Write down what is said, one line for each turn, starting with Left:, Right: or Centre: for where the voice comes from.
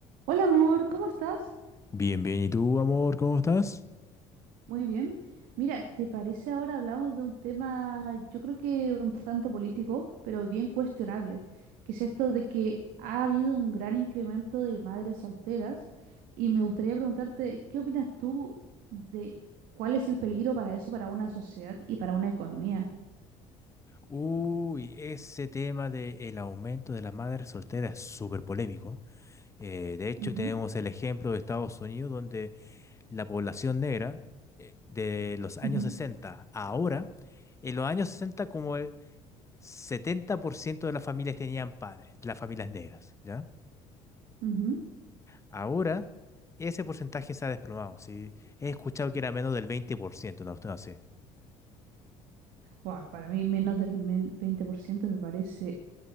Right: Hola amor, ¿cómo estás?
Left: Bien, bien. ¿Y tú, amor, cómo estás?
Right: Muy bien. Mira, ¿te parece ahora hablamos de un tema, yo creo que un tanto político, pero bien cuestionable, que es esto de que ha habido un gran incremento de madres solteras y me gustaría preguntarte, ¿qué opinas tú de cuál es el peligro para eso, para una sociedad y para una economía?
Left: Uy, ese tema del aumento de la madre soltera es súper polémico. Eh, de hecho,
Right: Ujú,
Left: tenemos el ejemplo de Estados Unidos, donde la población negra eh, de los años
Right: ujú,
Left: 60 a ahora, en los años 60 como el 70% de las familias tenían padres, de las familias negras, ¿ya?
Right: ujú.
Left: Ahora ese porcentaje se ha desplomado, ¿sí? He escuchado que era menos del veinte por ciento una cuestión así.
Right: Guau, para mí menos del men- 20% me parece